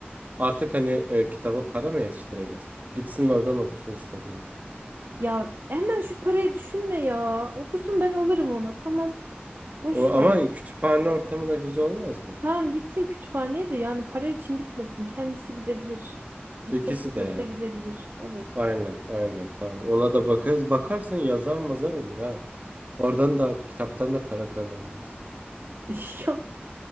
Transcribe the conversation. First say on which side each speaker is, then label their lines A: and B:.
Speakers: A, on the right; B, on the right.
A: Artık hani e, kitaba para mı yetiştireceğiz? Gitsin oradan okusun istediğini.
B: Ya hemen şu parayı düşünme ya. Okusun ben alırım ona. Tamam. Boş
A: O ama
B: ver.
A: kütüphane ortamı da güzel olmaz mı?
B: Tamam gitsin kütüphaneye de yani para için gitmesin. Kendisi gidebilir. Gitmek
A: İkisi
B: istiyorsa
A: de yani.
B: gidebilir. Evet.
A: Aynen, aynen. Tamam. Ona da bakarız. Bakarsın yazar mazar olur ha. Oradan da kitaptan da para kazanırız.
B: <laughs> Ya